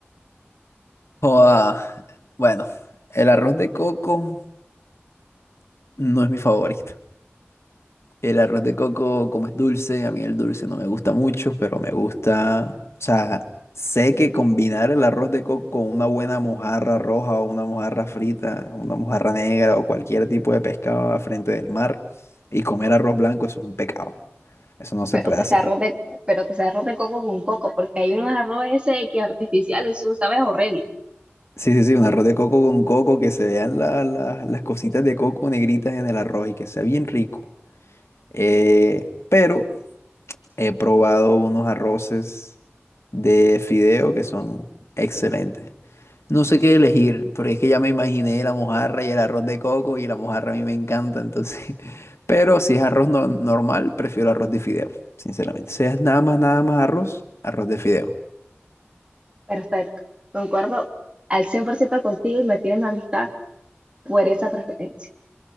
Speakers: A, on the left (about 80°); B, on the right (about 25°).
A: Joda, bueno, el arroz de coco no es mi favorito. El arroz de coco, como es dulce, a mí el dulce no me gusta mucho, pero me gusta, o sea, sé que combinar el arroz de coco con una buena mojarra roja o una mojarra frita, una mojarra negra o cualquier tipo de pescado a frente del mar y comer arroz blanco, eso es un pecado. Eso no se
B: Pero
A: puede
B: que
A: hacer.
B: sea arroz de, pero que sea arroz de coco con coco, porque hay unos arroz ese que artificiales, eso sabe horrible.
A: Sí, sí, sí, un arroz de coco con coco, que se vean la- la- las cositas de coco negritas en el arroz y que sea bien rico. Eh, pero He probado unos arroces de fideo que son excelentes. No sé qué elegir, porque es que ya me imaginé la mojarra y el arroz de coco y la mojarra a mí me encanta, entonces. <laughs> Pero si es arroz no- normal, prefiero arroz de fideo, sinceramente. Si es nada más, nada más arroz, arroz de fideo.
B: Perfecto, concuerdo al 100% contigo y me tienes mi amistad por esa preferencia.